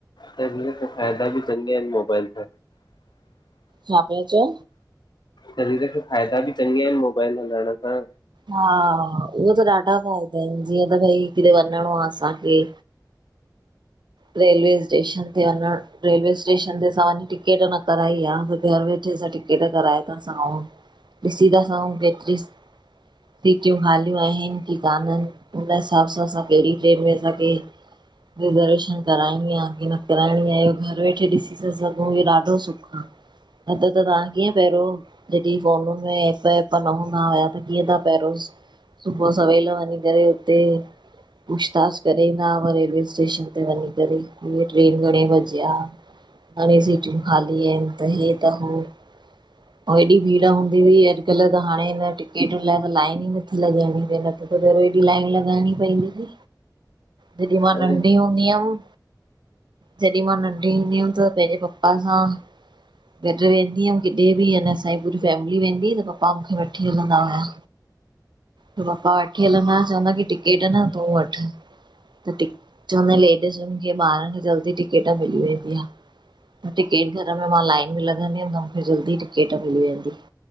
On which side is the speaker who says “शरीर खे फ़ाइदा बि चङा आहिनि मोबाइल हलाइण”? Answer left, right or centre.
Left